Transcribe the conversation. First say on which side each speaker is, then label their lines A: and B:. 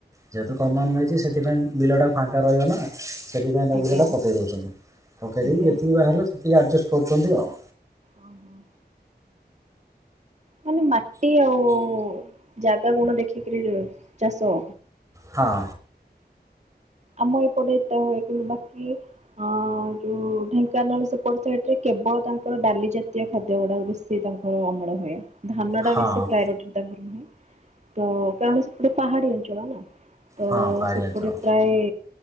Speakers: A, on the right (about 15°); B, on the right (about 40°).
A: ଯେହେତୁ କମନ ରହିଛି ସେଥିପାଇଁ ବିଲଟା ଫାଙ୍କା ରହିବ ନା। ସେଥିପାଇଁ ତାକୁ
B: ଆଜ୍ଞା
A: ସେଇଟା ପକେଇ ଦଉଛନ୍ତି ପକେଇ
B: ଆଜ୍ଞା
A: ଦେଇକି ଯେତିକି ବାହାରିଲା ସେତିକି ଆଡଜଷ୍ଟ କରୁଛନ୍ତି ଆଉ।
B: ଓ ହୋ। ମାନେ ମାଟି ଆଉ ଜାଗା ଗୁଣ ଦେଖିକରି ଚାଷ
A: ହଁ।
B: ଆମ ଏପଟେ ଏତେ ହୁଏ କିନ୍ତୁ ବାକି ହଁ ଯୋଉ ଢେଙ୍କାନାଳ ସେପଟ ସାଇଟି ରେ କେବଳ ତାଙ୍କର ଡାଲି ଜାତୀୟ ଖାଦ୍ୟ ଗୁଡା ବେଶୀ ସେ ତାଙ୍କର ଅମଳ ହୁଏ। ଧାନ ଟା
A: ହଁ
B: ବେଶୀ ପ୍ରାୟୋରିଟି ତାଙ୍କର ନୁହେଁ ତ କାରଣ ସେ ଗୋଟେ ପାହାଡି ଅଞ୍ଚଳ ନା। ତ
A: ହଁ ପାହାଡ଼ିଆ
B: ସେପଟେ
A: ଅଞ୍ଚଳ
B: ପ୍ରାୟଏ